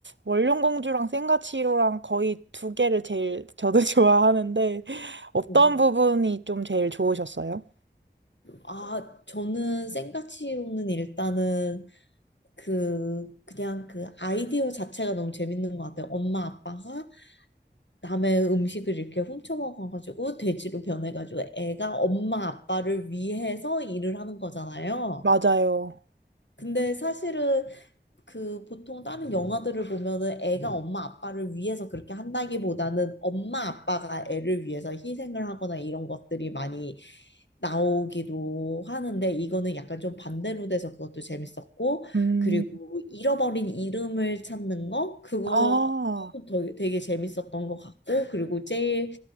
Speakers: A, on the right; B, on the left.
A: 원령공주랑 센가치로랑 거의 두 개를 제일 저도 <laughs> 좋아하는데 어떤
B: 음.
A: 부분이 좀 제일 좋으셨어요?
B: 아, 저는 생가치로는 일단은 그 그냥 그 아이디어 자체가 너무 재밌는 것 같아요. 엄마 아빠가 남의 음식을 이렇게 훔쳐 먹어가지고 돼지로 변해가지고 애가 엄마 아빠를 위해서 일을 하는 거잖아요.
A: 맞아요.
B: 근데 사실은 그 보통 다른 영화들을 보면은 애가 엄마 아빠를 위해서 그렇게 한다기보다는 엄마 아빠가 애를 위해서 희생을 하거나 이런 것들이 많이 나오기도 하는데 이거는 약간 좀 반대로 돼서 그것도 재밌었고
A: 음,
B: 그리고 잃어버린 이름을 찾는 거 그거
A: 아,
B: 되게, 되게 재밌었던 것 같고 그리고 제일